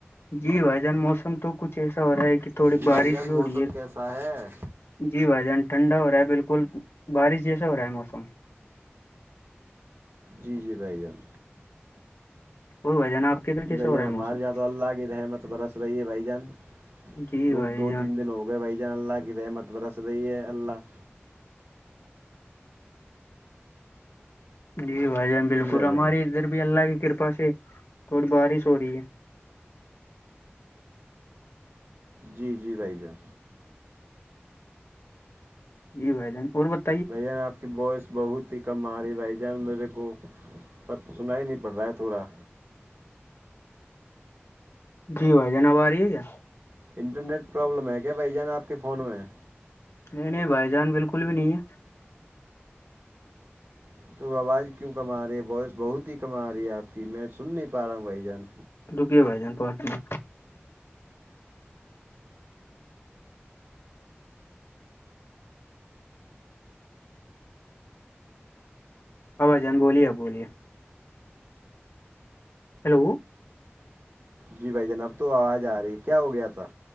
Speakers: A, on the left; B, on the right.
A: جی بھائی جان موسم تو کچھ ایسا ہو رہا ہے کہ تھوڑی
B: جی
A: بارش
B: بھائی جان
A: بھی
B: موسم
A: ہو رہی ہے
B: کیسا ہے
A: جی بھائی جان ٹھنڈا ہو رہا ہے بالکل بارش جیسا ہو رہا ہے موسم
B: جی جی بھائی جان
A: وہ ب جان آپ <inaudible>
B: جی بھائی جان
A: رہا
B: ہمارے
A: ہے موسم
B: یہاں تو اللہ کی رحمت برس رہی ہے بھائی جان
A: جی
B: دو
A: بھائی
B: دو
A: جان
B: تین دن ہوئے بھائی جان اللہ کی رحمت برس رہی ہے اللہ
A: جی بھائی جان بالکل
B: جی بھائی
A: ہماری
B: جان
A: ادھر بھی اللہ کی کرپا سے تھوڑی بارش ہو رہی ہے
B: جی جی بھائی جان
A: یہ گ ج اور بت <unintelligible>
B: بھیا آپ <inaudible> کہ بوائس بہت ہی کم آ رہی ہے بھائی جان میرے کو پت سنا ہی نہیں پڑ رہا ہے تھوڑا
A: جی بھائی جانب آ رہی ہے کیا
B: انٹرنیٹ پرابلم ہے کیا بھائی جانا آپ کے فون میں
A: نہیں نہیں بھائی جان بالکل بھی نہیں ہے
B: تو آواز کیوں کم آ رہی ہے ووائس بہت ہی کم آ رہی ہے آپ کی میں سن نہیں پا رہا ہوں بھائی جان
A: لٹوکے بائی جان پتی میں <inaudible> ابا جان بولیے بولیے ہیلو
B: جی بھائی جناب تو آواز آ رہی کیا ہو گیا تھا